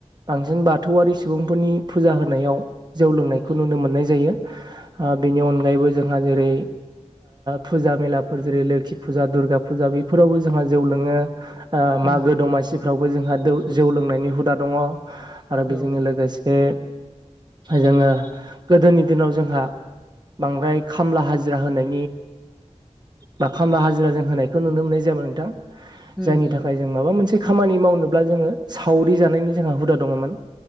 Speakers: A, on the right; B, in the centre.
A: बांसिन बाथौआरि सुबुंफोरनि फुजा होनायाव जौ लोंनायखौ
B: उम
A: नुनो मोननाय जायो बेनि अनगायैबो जोंहा जेरै फुजा मेलाफोर जेरै लोखि फुजा दुर्गा फुजा बेफोरावबो जोंहा जौ लोङो मागो
B: उम
A: दमासिफ्रावबो जोंहा जौ लोंनायनि हुदा दङ आरो बेजोंनो
B: औ
A: लोगोसे जोङो गोदोनि दिनाव जोंहा बांद्राय खामला हाजिरा होनाय बा खामला हाजिरा जों होनायखौ नुनो मोननाय जायामोन नोंथां
B: उम
A: जायनि थाखाय जों माबा मोनसे खामानि मावनोब्ला जोङो सावरि जानायनि जोंहा हुदा दङमोन